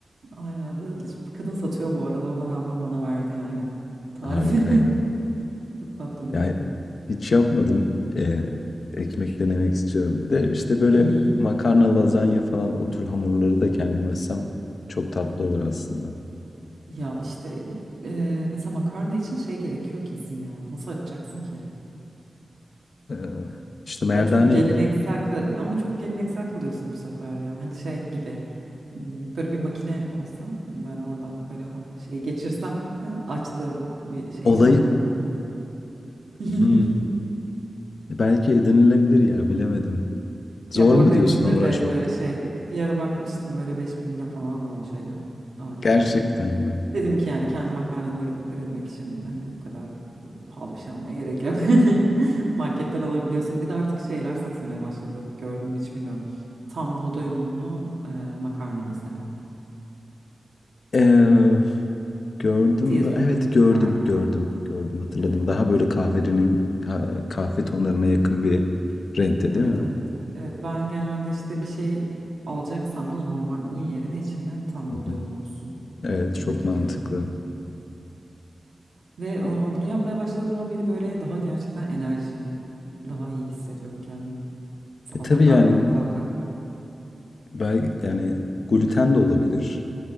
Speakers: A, on the right; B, on the left.
A: aynen kadın satıyor bu arada ona rağmen bana verdi yani tarifi.
B: Harika ya.
A: <laughs> Çok tatlı biri.
B: Yani hiç yapmadım. Ee, ekmek denemek istiyorum. Bir de işte böyle
A: Hı hı.
B: makarna, lazanya falan o tür hamurları da kendim açsam çok tatlı olur aslında.
A: Ya işte eee, mesela makarna için şey gerekiyor kesin ya. Nasıl açacaksın ki?
B: Ee, işte merdane
A: Ya çok geleneksel
B: ile.
A: kal ama çok geleneksel kalıyorsun bu sefer ya. Hani şey gibi m, böyle bir makine olsa hani ben oradan böyle ha- şey geçirsem ha, açtığım bir şeyi
B: Olayı
A: hamuru. <laughs>
B: Hmm. Belki edinilebilir ya bilemedim. Zor
A: Ya bu
B: mu
A: arada
B: diyorsun
A: edinilir
B: uğraşmak?
A: de böyle şey bir ara bakmıştım böyle 5000 lira falan da o şeyler aletler.
B: Gerçekten mi?
A: Dedim ki yani kendi makarnamı üret- üretmek için hani bu kadar pahalı bir şey almaya gerek yok. <laughs> Marketten alabiliyorsun. Bir de artık şeyler satılmaya başladı. Gördüm mü hiç bilmiyorum. Tam buğday unlu e, makarna mesela.
B: Ee, gördüm
A: Tiyaz
B: mü?
A: unlu
B: Evet
A: makarna.
B: gördüm gördüm gördüm hatırladım.
A: Evet,
B: Daha böyle kahverenin ka- kahve tonlarına yakın bir renkte
A: evet,
B: değil mi?
A: evet. Evet ben genelde işte bir şey alacaksam da normal un yerine içinden tam
B: Hı
A: buğday
B: hı.
A: unu olsun'a
B: Evet çok
A: gidiyorum
B: mantıklı.
A: hep. Ve o- bunu yapmaya başladığımdan beri böyle daha gerçekten enerjiyim. Daha iyi hissediyorum kendimi. Sabahları
B: E tabii yani
A: daha kolay kalkabilirim.
B: belki yani gluten de olabilir